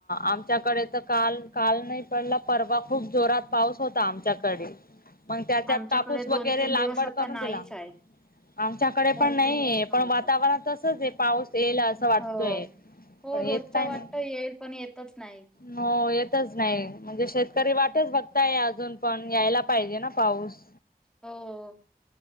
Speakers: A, on the left; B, in the centre.
A: आमच्याकडे तर काल काल नाही पडला परवा खूप जोरात पाऊस होता आमच्याकडे <inaudible> मग त्याच्यात
B: आमच्याकडे
A: कापूस वगैरे
B: दोन तीन
A: लागवड
B: दिवस आता
A: करून
B: नाहीच
A: दिला
B: आहे.
A: आमच्याकडे
B: दोन
A: पण नाही
B: तीन दिवस नाहीच
A: पण वातावरण
B: आहे.
A: तसच आहे पाऊस येल असं वाटतोय.
B: हो हो
A: पण येत
B: रोजचा
A: काय
B: वाटत
A: नाही.
B: येईल पण येतच नाही.
A: हो येतच नाही म्हणजे शेतकरी वाटच बघताय अजून पण यायला पाहिजे ना पाऊस
B: हो